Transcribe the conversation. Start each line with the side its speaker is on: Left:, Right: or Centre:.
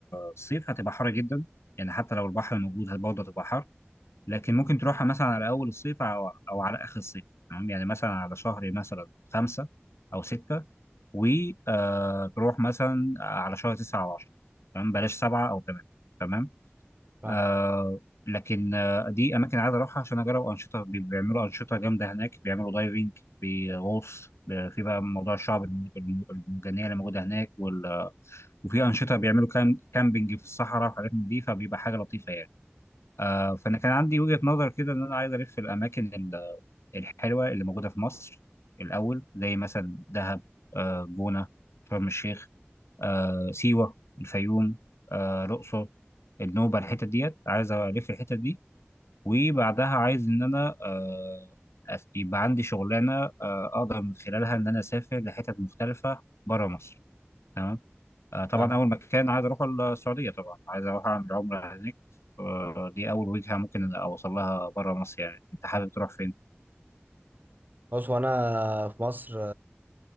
Left: الصيف هتبقى حر جدا يعني حتى لو البحر موجود برضه هتبقى حر لكن ممكن تروحها مثلا على اول الصيف او او على اخر الصيف تمام يعني مثلا على شهر مثلا خمسة او ستة وتروح مثلا على شهر تسعة او عشرة تمام بلاش سبعة او ثمانية تمام
Right: فاهم
Left: آه لكن آه دي اماكن عايز اروحها عشان اجرب انشطه بي- بيعملوا انشطه جامده هناك بيعملوا دايفنج بغوص ب- في بقى موضوع الشعب الم- الم- المرجانيه اللي موجوده هناك وال... آه، وفي انشطه بيعملوا كام... كامبينج في الصحراء وحاجات من دي فبيبقى حاجه لطيفه يعني آه، فانا كان عندي وجهة نظر كده ان انا عايز الف الاماكن ال- الحلوة اللي موجودة في مصر الاول زي مثلا دهب آه، جونة شرم الشيخ آه، سيوة الفيوم آه، الأقصر النوبة الحتت ديت عايز ألف الحتت دي وبعدها عايز إن أنا آه، أس- يبقى عندي شغلانة آه، أقدر من خلالها إن أنا أسافر لحتت مختلفة بره مصر تمام آه، طبعا
Right: فاهم.
Left: اول مكان عايز اروح السعوديه طبعا عايز اروح اعمل عمره هناك آه، دي اول وجهه ممكن اوصل لها بره مصر يعني انت حابب تروح فين
Right: بص وانا في مصر